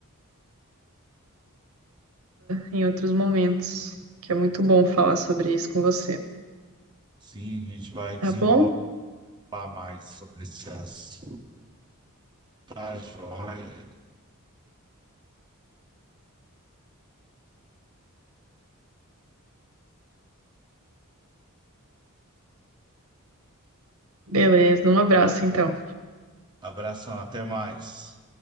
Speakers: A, on the right; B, on the right.
A: em outros momentos, que é muito bom
B: Tá.
A: falar sobre isso com você.
B: Sim, a gente vai
A: Tá
B: desenrolar
A: bom?
B: mais sobre esse assunto. Tá, joia.
A: Beleza, um abraço
B: Tá?
A: então.
B: Abração, até mais.